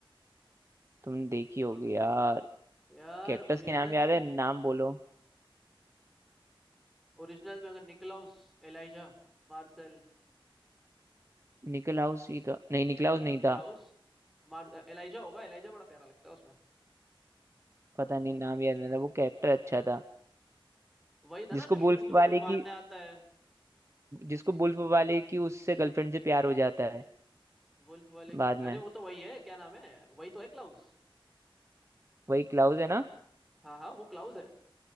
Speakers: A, on the right; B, in the centre.
A: तुमने देखी होगी
B: हाँ
A: यार
B: यार
A: कैक्टस
B: ओरिजिनल्स
A: के नाम याद है
B: के
A: नाम बोलो
B: ओरिजिनल में अगर निकलाउस एलाइजा मार्शल
A: निकलाउस ही था नहीं निकलाउस नहीं
B: क्लाउस
A: था
B: मार एलाइजा होगा एलाइजा बड़ा प्यारा लगता है उसमें
A: पता नहीं नाम याद नहीं था वो कैरेक्टर अच्छा था
B: वही था
A: जिसको
B: ना जो
A: बुल्फ
B: शुरू शुरू
A: वाले
B: में मारने
A: की
B: आता है
A: जिसको बुल्फ वाले की उससे गर्लफ्रेंड से प्यार हो जाता है
B: वुल्फ वाले
A: बाद
B: की
A: में
B: अरे वो तो वही है क्या नाम है वही तो है क्लाउस
A: वही क्लाउस है ना
B: हाँ हाँ वो क्लाउस है